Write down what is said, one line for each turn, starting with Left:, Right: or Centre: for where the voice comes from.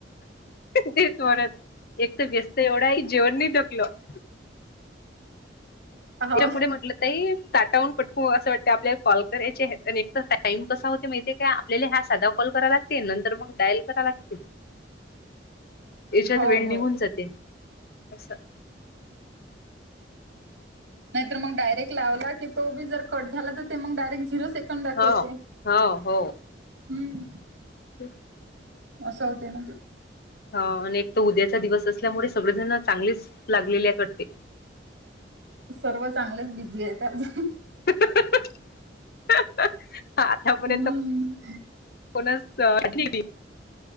Left: ते च परत एक तर व्यस्त एवढाय जीवन नाही थकलं
Right: हो
Left: त्याच्या पुढे म्हटलं ताई ताटावरुन पटक हो असं वाटत आपल्याला कॉल करायचे. एकतर टाइम कसा होते माहितीय काय? आपल्याला हा साधा कॉल करायला - ते नंतर मग डायल करा लागते. येच्यात
Right: हो
Left: वेळ
Right: हो
Left: निघून जाते अस.
Right: नाही तर मग डायरेक्ट लावला की तो बी जर कट झाला तर ते मग डायरेक्ट झिरो सेक् कंद दाखवते
Left: हो
Right: हम्म.
Left: हो हो <inaudible>
Right: अस होते ना ते
Left: ह आणि एक तर उद्याचा दिवस असल्यामुळे सगळेजण चांगलेच लागलेले आहेत वाटते.
Right: सर्व चांगलेच बिझी आहेत आज.
Left: <unintelligible> आतापर्यंत
Right: हम्म.
Left: <inaudible> कोणाच - ठिकय